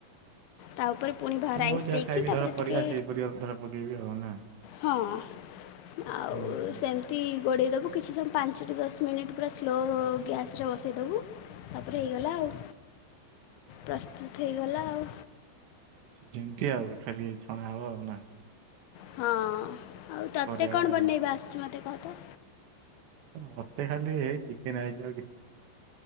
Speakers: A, on the left (about 75°); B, on the right (about 70°).
A: ତା ଉପରେ ପୁଣି ଭାରାଇସ୍
B: ମୁଁ ଯାହା
A: ଦେଇକି,
B: ଖାଇବି
A: ତାପରେ
B: ଧର ପରିବା
A: ଟିକେ
B: ସେଇ ପରିବା ଧର ପକେଇବି ଆଉ ନା
A: ହଁ। ଆଉ
B: ହୁଁ ହୁଁ।
A: ସେମିତି ଗୋଡ଼େଇ ଦବୁ। କିଛି ସମୟ ପାଞ୍ଚରୁ ଦଶ ମିନିଟ୍ ପୁରା ସ୍ଲୋ ଗ୍ୟାସ୍ ରେ ବସେଇଦବୁ ତାପରେ ହେଇଗଲା ଆଉ ପ୍ରସ୍ତୁତ୍ ହେଇଗଲା ଆଉ।
B: ଯେମିତି ଆଉ ଖାଲି ଛଣା ହବ ଆଉ ନା।
A: ହଁ। ଆଉ ତତେ
B: ପରିବା ଗୁଡା
A: କଣ
B: ଆଉ।
A: ବନେଇବା ଆସିଚି ମୋତେ କହ ତ?
B: ମତେ ଖାଲି ହେଇ ଚିକେନ ଆଇଚି ଆଉ କିଛି ଆସିନି।